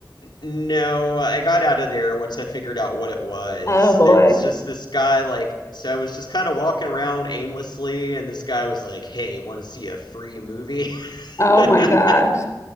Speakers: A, on the left; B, on the left.
A: No, I got out of there once I figured out what it was.
B: Oh, boy.
A: There was just this guy, like, so I was just kind of walking around aimlessly, and this guy was like, Hey, want to see a free movie?
B: Oh,
A: <laughs>
B: my gosh.